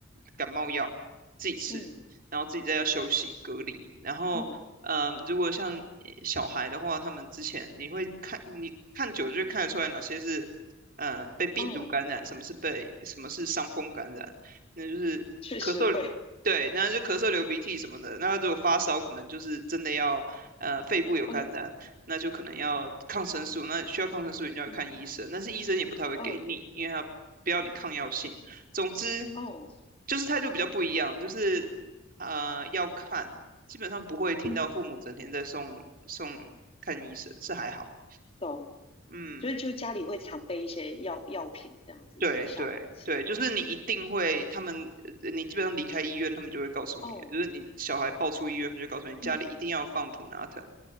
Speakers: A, on the right; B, on the left.
A: 感冒药自己吃，
B: 嗯
A: 然后自己在家休息隔离。然后，
B: 嗯，
A: 嗯，如果像呃小孩的话，他们之前你会看，你看久就会看得出来哪些是。呃被病毒感染，
B: 哦，
A: 什么是被什么是伤风感染，那就是咳嗽，
B: 确实会，
A: 对，然后就咳嗽、流鼻涕什么的。那如果发烧，可能就是真的要呃肺部有感染，
B: 嗯
A: 那就可能要抗生素，那需要抗生素你就要看医生，
B: 嗯，
A: 但是医生也不太会给你，
B: 哦
A: 因为他不要你抗药性。总之
B: 哦，
A: 就是态度比较不一样，就是呃要看，基本上不会听到父母整天在送送看医生，
B: 嗯，
A: 是还好，
B: 懂。
A: 嗯。
B: 所以就家里会常备一些药药品这样子给小孩吃。
A: 对对对，就是你一定会，他们呃你基本上离开医院，他们就会告诉你的，
B: 哦，
A: 就是你小孩抱出医院，他们就告诉你家里一定要放普拿疼，
B: 嗯，